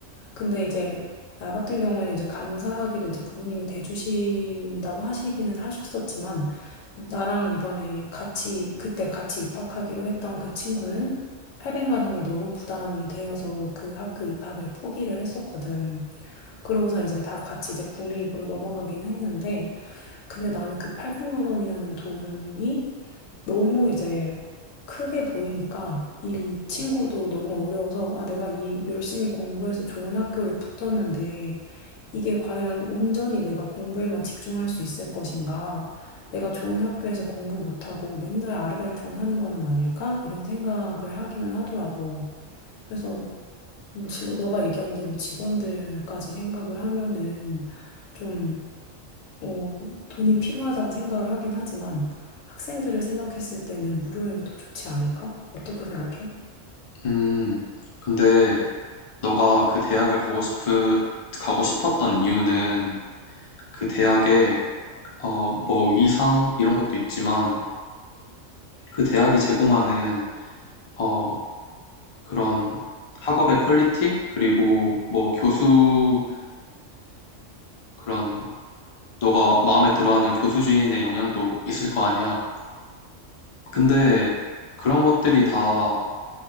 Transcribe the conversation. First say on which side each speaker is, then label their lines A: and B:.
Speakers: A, on the left; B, on the left.
A: 근데 이제 나 같은 경우에는 이제 감사하게도 이제 부모님이 대주신다고 하시기는 하셨었지만 나랑 이번에 같이 그때 같이 입학하기로 했던 그 친구는 800만 원이 너무 부담이 되어서 그 학교 입학을 포기를 했었거든. 그러고서 이제 다 같이 이제 국립으로 넘어가기는 했는데 근데 나는 그 800만 원이라는 돈이 너무 이제 크게 보이니까 이 친구도 너무 어려워서 아, 내가 이 열심히 공부해서 좋은 학교를 붙었는데 이게 과연 온전히 내가 공부에만 집중할 수 있을 것인가? 내가 좋은 학교에서 공부 못하고 맨날 아르바이트만 하는 거는 아닐까? 이런 생각을 하기는 하더라고. 그래서 음, 직원- 너가 얘기한 대로 직원들까지 생각을 하면은 좀 어, 돈이 필요하다고 생각을 하긴 하지만 학생들을 생각했을 때는 무료인 게 더 좋지 않을까? 어떻게 생각해?
B: 음, 근데 너가 그 대학을 가고 싶은 가고 싶었던 이유는 그 대학의 어, 뭐 위상 이런 것도 있지만 그 대학이 제공하는 어, 그런 학업의 퀄리티 그리고 뭐 교수진의 그런 너가 마음에 들어하는 교수진의 영향도 있을 거 아니야. 근데 그런 것들이 다